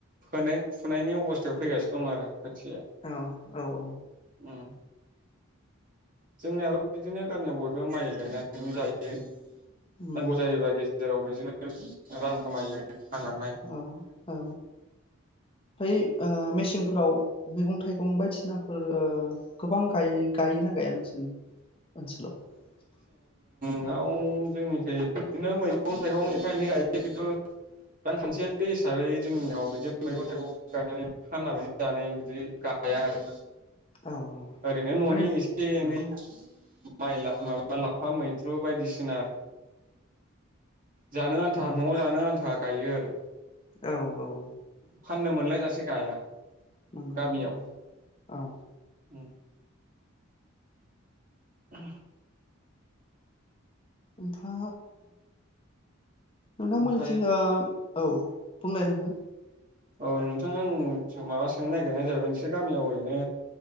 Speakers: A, on the right; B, on the left.
A: फोनाय फुनायनि अबस्थायाव फैगासिनो दं आरो। खोथियाया
B: औ औ औ
A: उम जोंनियाबो बिदिनो गामियाव बयबो माइ गायनानै जायो।
B: उम
A: नांगौ जायोबा गेज बेजोंनो रां खामायो फाननानै
B: औ औ बै ओ मेचन फोराव मैगं थाइगं फं बाय थिनाफोर गोबां गाय गायोना गाया नोंसोर? <unintelligible>
A: आाव जोंनिख बिदिनो मैगं थाइगं एफा एनै गायो खिन्थु रांखान्थि हिसाबै जोंनियाव बिदिनो मैगं थाइगं गायनानै फाननानै जनानै बिदि गाया आरो।
B: औ
A: ओरैनो न'नि
B: माने
A: एसे एनै
B: उम
A: <inaudible> माइ माबा लाफा मैद्रु बायदिसिना जानो आन्था
B: औ
A: न'आव जानो आन्था गायो आरो
B: औ औ
A: फाननो मोनलायजासे गाया।
B: नंगौ
A: गामियाव
B: औ औ
A: उ अ
B: फा नोंथांमोननि
A: ओमफ्राय
B: सिङ औ बुंनाय नोंथां?
A: औ नोंथांा आं माबा सोंनो नागिरनाय जाहैबाय नोंसोर गामियाव ओरैनो